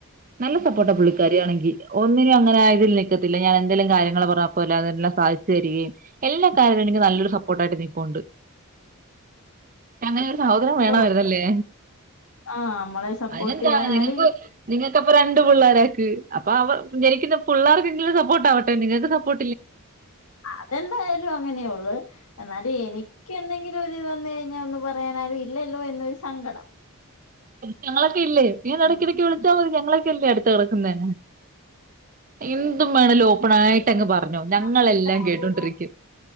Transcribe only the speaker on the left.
ഉം.
ഓ ആഹ് നമ്മളെ സപ്പോർട്ട്
ചെയ്യാൻ
ആരും ഇല്ല
അതെന്തായാലും അങ്ങനെ ഒള്ള് എന്നാലും എനിക്കെന്തെങ്കിലും ക്കൊര്ത് വന്ന് കയ്ഞ്ഞാ ഒന്ന് പറയാനാരും ഇല്ലല്ലോ എന്നൊരു സങ്കടം
ഉം
എന്താവോ